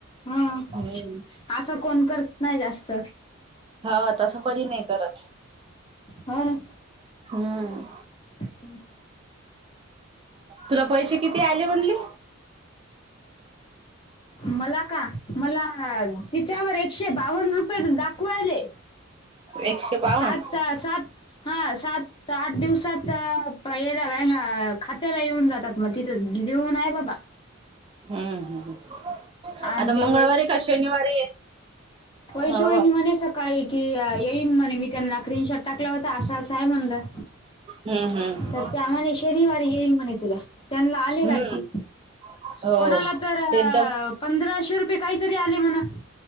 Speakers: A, on the left; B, on the right.
A: हा,
B: हम्म
A: असं कोण करत नाही जास्त.
B: हा, तसं कधी नाही करत.
A: होना.
B: हम्म.
A: हम्
B: तुला पैसे किती आले म्हणली?
A: मला का, मला तिच्यावर एकशे बावन्न रुपये दाखवायले.
B: एकशे बावन्न
A: सात सात, हा सात आठ दिवसात <unintelligible> खात्याला येऊन जातात मग, तिथं दिऊ नाय बाबा.
B: हम्म हम्म हम्म,
A: आणि
B: आता
A: ते
B: मंगळवारी का शनिवारी
A: वशू
B: हो
A: वहिनी म्हणे सकाळी की, येईन म्हणे. मी त्यांना क्रीनशॉट टाकला होता, असं असं हाय म्हणलं. ह
B: हम्म हम्म.
A: तर त्या म्हणे शनिवार येईल म्हणे तुला. त्यांनाला आले
B: हम्म
A: काय की
B: हो
A: कोणाला तर अ
B: एकदम
A: पंधराशे रुपये काहीतरी आले म्हणा.